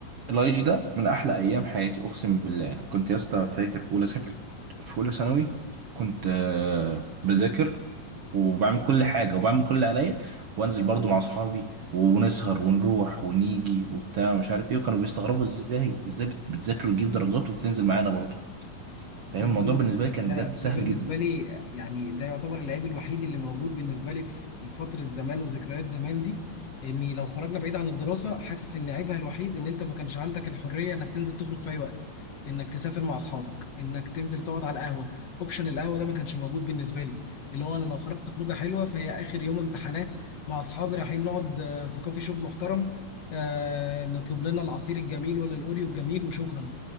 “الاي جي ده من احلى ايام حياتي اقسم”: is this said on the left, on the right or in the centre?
Right